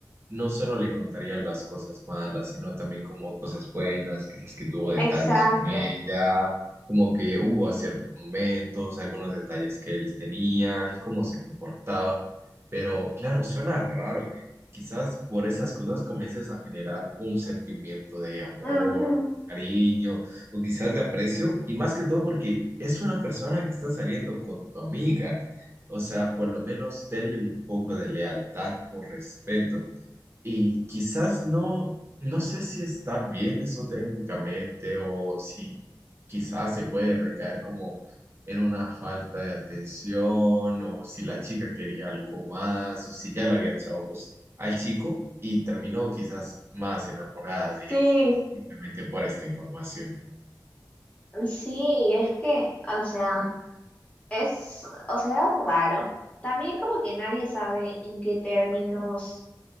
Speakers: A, on the right (about 35°); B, on the left (about 20°).
A: no solo le contaría las cosas malas, sino también como cosas buenas, quizás que tuvo detalles
B: exacto.
A: con ella, como que hubo a ciertos momentos, algunos detalles que él tenía, el cómo se comportaba. Pero claro, suena raro que quizás por esas cosas comiences a generar un sentimiento de amor
B: Ujú,
A: o cariño o quizás de aprecio, y más que todo porque es una persona que está saliendo con tu amiga. O sea, por lo menos tenle un poco de lealtad o respeto. Y quizás no, no sé si está bien eso técnicamente o si quizás se puede recaer como en una falta de atención o si la chica quería algo más o si ya le había echado ojos al chico y terminó quizás más enamorada de
B: sí,
A: él, pues simplemente por esta información.
B: sí, es que, o sea, es, o sea, raro. También como que nadie sabe en qué términos